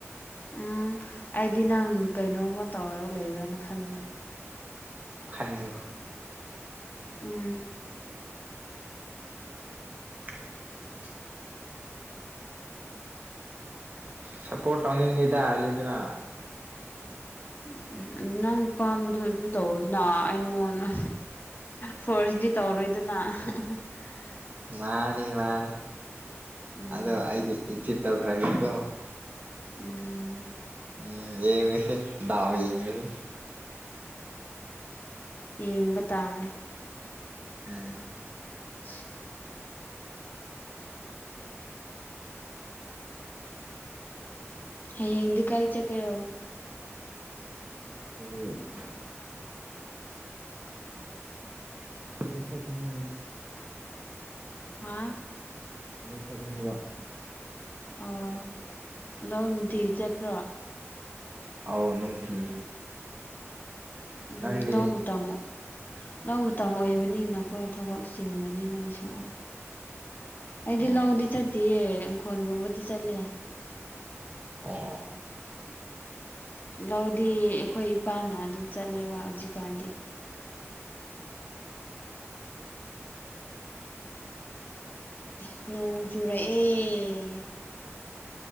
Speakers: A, on the left; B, on the right.
A: ꯎꯝ ꯑꯩꯗꯤ ꯅꯪ ꯀꯩꯅꯣꯝꯃ ꯇꯧꯔꯒ ꯂꯩꯕ꯭ꯔꯥꯅ ꯈꯟꯕ
B: ꯈꯟꯅꯨ
A: ꯎꯝ
B: <inaudible> ꯁꯞꯄꯣꯔꯠ ꯇꯧꯅꯤꯡꯗꯤꯗ ꯑ꯭ꯔꯖꯦꯟꯇꯤꯅ
A: ꯎꯝ <unintelligible> ꯅꯪ ꯄꯥꯝꯕꯗꯣ ꯑꯗꯨꯝ ꯇꯧꯗꯅ ꯑꯩ ꯅꯉꯣꯟꯗ ꯐꯣꯔꯁꯇꯤ ꯇꯧꯔꯣꯏꯗꯅ <unintelligible>
B: ꯃꯥꯅꯤ ꯃꯥꯅꯤ
A: ꯎꯝ
B: ꯑꯗꯣ ꯑꯩꯗꯤ ꯏꯖꯤꯞ ꯇꯧꯈ꯭ꯔꯒꯦꯀꯣ
A: ꯎꯝ
B: ꯎꯝ ꯌꯦꯡꯔꯁꯤ ꯗꯥꯎ ꯌꯦꯡꯉꯥꯅꯤ
A: ꯌꯦꯡꯕ ꯇꯥꯔꯦ
B: ꯎꯝ
A: <inaudible> ꯍꯌꯦꯡꯗꯤ ꯀꯥꯏ ꯆꯠꯀꯦꯔꯣ
B: ꯀꯣꯂꯦꯖ ꯀꯣꯂꯦꯖ ꯆꯠꯀꯅꯤ
A: ꯍꯥꯥ
B: ꯀꯣꯂꯦꯖ ꯆꯠꯀꯅꯤꯕ
A: ꯑꯣ ꯂꯧ ꯅꯨꯡꯇꯤꯒꯤ ꯆꯠꯄ꯭ꯔꯣ
B: ꯑꯥꯎ ꯅꯨꯡꯇꯤ
A: ꯎꯝ
B: ꯅꯪꯗꯤ
A: ꯂꯧ ꯃꯇꯝ ꯂꯧ ꯃꯇꯝ ꯑꯣꯏꯕꯅꯤꯅꯀꯣ ꯊꯕꯛ ꯆꯤꯟꯒꯅꯤ ꯅꯣꯏꯁꯨ ꯑꯩꯗꯤ
B: ꯑꯣ
A: ꯂꯧꯗꯤ ꯆꯠꯇꯤꯌꯦ ꯏꯪꯈꯣꯟꯒꯨꯝꯕꯗꯤ ꯆꯠꯂꯦ
B: ꯑꯣ ꯑꯣ
A: ꯂꯧꯗꯤ ꯈꯣꯏ ꯏꯄꯥꯅ ꯑꯗꯨꯝ ꯆꯠꯂꯦꯕ ꯍꯧꯖꯤꯛꯀꯥꯟꯗꯤ ꯅꯣꯡꯆꯨꯔꯛꯑꯦ